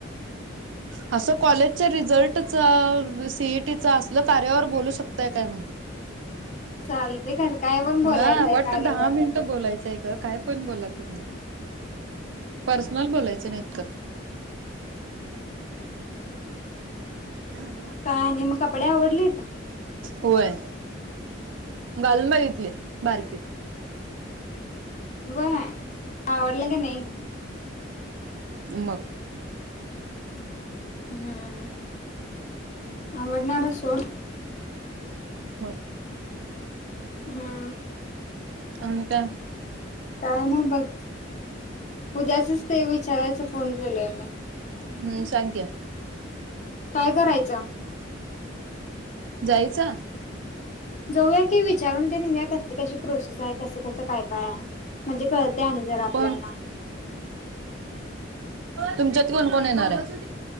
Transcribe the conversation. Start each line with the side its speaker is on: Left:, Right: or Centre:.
Right: असं कॉलेजच्या रिझल्ट -सीईटी असल कार्यावर बोलू शकत ते काय म्हणा <unintelligible>
Left: चालते काय पण बोलायचंय
Right: हा वटट्
Left: कार्यावर
Right: दहा मिनिटं बोलायचं <inaudible> काय पण बोला तुम् पर्सनल बोयच नाही <inaudible>
Left: काय आणि मग कपडे आवडलित
Right: होय गल मारी <unintelligible> बारकी <unintelligible>
Left: व्हय... <unintelligible> हवडलं का नाही?
Right: ह म <unintelligible>
Left: हम्म- आवडणारा सोड
Right: हम्
Left: हम
Right: अन का
Left: काय नाही बघ उद्याचच ते विचारायच फोन केलय मी
Right: हम्म सांग्या
Left: काय करायचा
Right: जायचा
Left: जाऊया की विचार विचारून ते निघया कशी कशी प्रोसेस आहे कसं कस काय काय आहे म्हणजे कळते आणि जरा आपल्याना
Right: कोण तुमच्यात कोण कोण येणार आहे